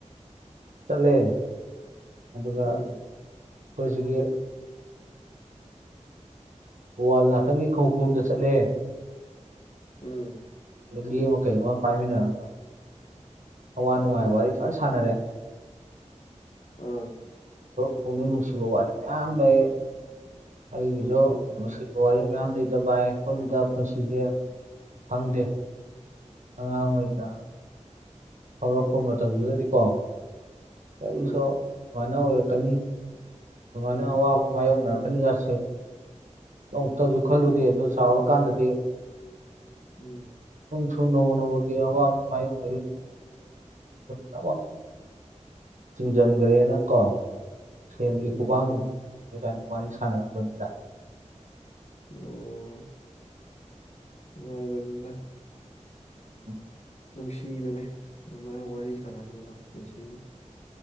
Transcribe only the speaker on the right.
ꯆꯠꯂꯦ ꯑꯗꯨꯒ
ꯑꯩꯈꯣꯏꯁꯤꯒꯤ ꯋꯥꯜ ꯅꯥꯀꯟꯒꯤ ꯈꯣꯡꯄꯨꯝꯗ ꯆꯠꯂꯦ
ꯂ ꯃ ꯀꯩ ꯄꯥꯏꯝꯃꯤꯅꯔꯒ ꯑꯋꯥ ꯅꯨꯡꯉꯥꯏ ꯋꯥꯔꯤ ꯐꯖ ꯁꯥꯟꯅꯔꯦ
ꯀꯣꯡꯅꯤ ꯅꯨꯡꯁꯤꯕꯧ ꯂꯩ ꯑꯩꯒꯤꯁꯨꯣ
ꯅꯨꯡꯁꯤꯕ ꯋꯥꯔꯤ ꯃꯌꯥꯝ ꯂꯩꯇꯕ ꯍꯥꯏ ꯈꯣꯠꯂꯤꯗꯕ ꯄꯨꯟꯁꯤꯁꯦ ꯐꯪꯗꯦ ꯑꯉꯗ ꯍꯧꯔꯛꯄ ꯃꯇꯝꯗꯨꯗꯗꯤꯀꯣ ꯀꯏꯁꯨ
ꯁꯨꯃꯥꯏꯅ ꯑꯣꯏꯔꯛꯀꯅꯤ ꯁꯨꯃꯥꯏꯅ ꯑꯋꯥꯕ ꯃꯥꯏꯌꯣꯛꯅꯔꯛꯀꯅꯤꯒꯁꯦ ꯑꯃꯨꯛꯇꯁꯨ ꯈꯜꯂꯨꯗꯦ
ꯑꯗꯨ ꯆꯥꯎꯔꯀꯥꯟꯗꯗꯤ
ꯁ ꯅꯣ ꯅꯣꯌꯃꯤ ꯐꯕ ꯆꯤꯡꯖꯣꯟꯒꯔꯦꯅ ꯀꯣ ꯁꯦꯜꯒꯤ
ꯀꯧꯕꯕꯀꯅ ꯋꯥꯔꯤ ꯁꯥꯟꯅꯅꯕꯅꯤꯗ
ꯎꯝ